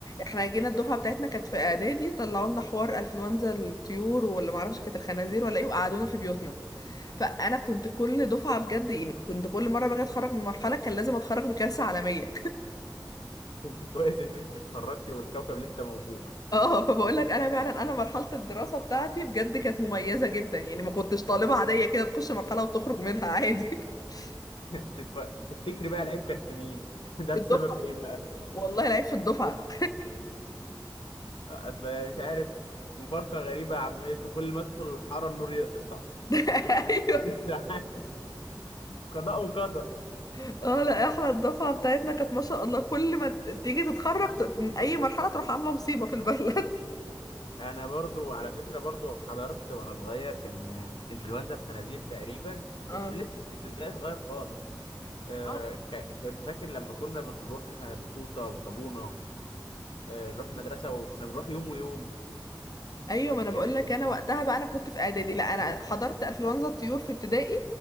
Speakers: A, on the left; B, on the left.
A: احنا جينا الدفعه بتاعتنا كانت في اعدادي طلعوا لنا حوار انفلونزا الطيور ولا ما اعرفش كانت الخنازير ولا ايه وقعدونا في بيوتنا فانا كنت كل دفعه بجد يعني كنت كل مره باجي اتخرج من مرحله كان لازم اتخرج بكارثه عالميه
B: انت كويس ان انت اتخرجتي والكوكب لسه موجود
A: اه فبقول لك انا فعلا انا مرحله الدراسه بتاعتي بجد كانت مميزه جدا يعني ما كنتش طالبه عاديه كده تخش مرحله وتخرج منها عادي <laughs>
B: <laughs> تتف- تفتكري بقى العيب كان في مين <laughs> ده
A: في
B: بسبب
A: الدفعه
B: ايه بقى
A: والله العيب في الدفعه
B: اصل مش عارف مفارقة غريبة يا عم هيصة كل ما ادخل الحارة النور يقطع
A: <laughs> ايوه
B: <laughs> قضاء وقدر
A: اه لا احنا الدفعه بتاعتنا كانت ما شاء الله كل ما ت- تيجي تتخرج ت- من اي مرحله تروح عامله مصيبه في البلد
B: انا برضو على فكره برضو حضرت وانا صغير كان انفلونزا الخنازير تقريبا
A: <laughs> اه
B: كنت لسه في الابتدائي صغير خالص آه
A: اه
B: ك- كنت فاكر لما كنا بنروح بفوطه وصابونه آه نروح المدرسه وكنا بنروح يوم ويوم
A: ايوه ما انا
B: يعني
A: بقول لك انا وقتها بقى انا كنت في اعدادي لا انا حضرت انفلونزا الطيور في ابتدائي